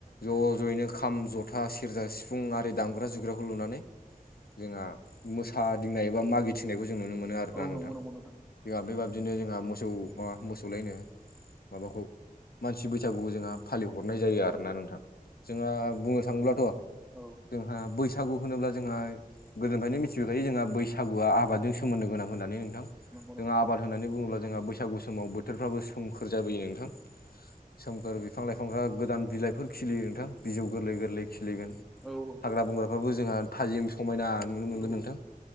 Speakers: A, on the left; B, in the centre.
A: ज' ज'यैनो खाम जथा सेर्जा सिफुं आरि दामग्रा जुग्रा खुलुनानै जोहा मोसादिंनाय एबा मागि थिंनायखौ जों नुनो मोनो आरोना नोंथां
B: नंगौ नंगौ
A: जोंहा बेबाबदिनो <unintelligible> जोंहा मोसौ माबा मोसौलायनो माबाखौ मानसि बैसागु जोंहा फालिहरनाय जायो आरोना नोंथां जोंहा बुंनो थाङोब्लाथ'
B: औ
A: जोंहा बैसागु होनोब्ला जोंहा गोदोनिफ्रायनो मिथिबोखायो जोंहा बैसागुआ आबादजों सोमोन्दो गोनां होनना नै नोंथां
B: औ
A: जोङा
B: औ औ
A: आबाद
B: औ
A: होननानै बुङोब्ला जोंहा बैसागु समाव बोथोरफ्राबो सोमखोर जाबोयो। नोंथां सोमखोर बिफां लाइफांफ्रा गोदान बिलाइफोर खिलियो नोंथां बिजौ गोरलै गोरलै खिलिगोन।
B: औ ओ
A: हाग्रा बंग्राफ्राबो जोंहा थाजिम समायना नुनो मोनगोन
B: औ
A: नोंथां।